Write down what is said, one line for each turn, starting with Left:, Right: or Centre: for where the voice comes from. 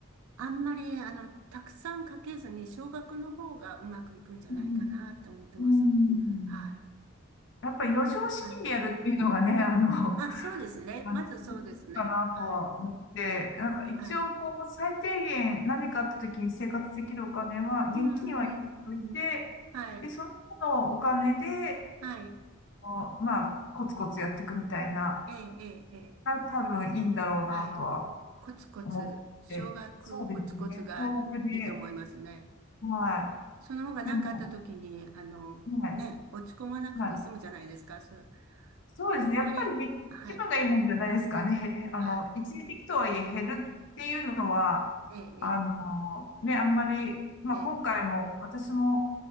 Right: あんまり、あの、たくさんかけずに、少額の方がうまくいくんじゃないかなと思ってます。
Left: うんうん
Right: はい。
Left: やっぱ余剰資金でやるっていうのがね、
Right: はい
Left: あの、
Right: あ、そうですね。
Left: <laughs> あの、
Right: まずそうですね。
Left: かなとは思って、
Right: はい。ええ、
Left: なんか一応こう、
Right: はい。
Left: 最低限何かあった時に生活できるお金は、現金は用意ておいて、
Right: うん、うん、うん。はい。
Left: で、その他のお金で、
Right: はい。
Left: こうまあ、コツコツやっていくみたいな、
Right: ええ、ええ、ええ
Left: が多分いいんだろうなとは
Right: はい。コツコツ、
Left: 思って、
Right: 少額コツコツがいいと思いますね。
Left: そうですね、総額で、は
Right: その方が何かあった時に、
Left: い。でも、
Right: あの、
Left: はい。
Right: ね、落ち込まなくて済むじゃないですか。
Left: はい
Right: それ、
Left: そうですね。
Right: あんまり、
Left: やっぱりね、
Right: はい。
Left: 気分がいいもんじゃないですかね。へ、へあの、
Right: はい。
Left: 一時的とはいえ減るっていうのは、
Right: ええ、
Left: あの、ね、あんまり、まあ今回も私も、
Right: ええ、ええ、